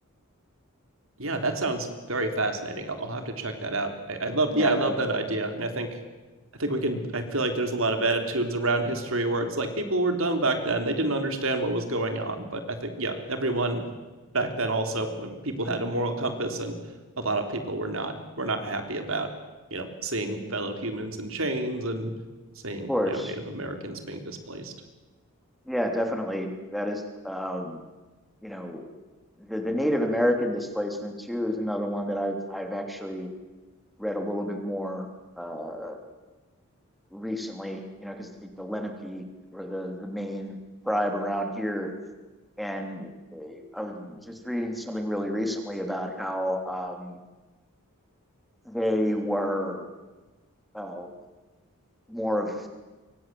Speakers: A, on the right; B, in the centre.
A: Yeah, that sounds very fascinating. I'll, I'll have to check that out. I, I love,
B: Yeah,
A: yeah, I love
B: of
A: that idea, and I think, I think we can. I feel like there's a lot of attitudes around history where it's like people were dumb back then; they didn't understand what was going on. But I think, yeah, everyone back then also um, people had a moral compass, and a lot of people were not were not happy about you know seeing fellow humans in chains and seeing
B: course.
A: you know Native Americans being displaced.
B: Yeah, definitely. That is, um, you know, the the Native American displacement too is another one that I've I've actually read a little bit more uh, recently. You know, because the, the Lenape were the the main tribe around here and uh, I was just reading something really recently about how um, they were uh, more of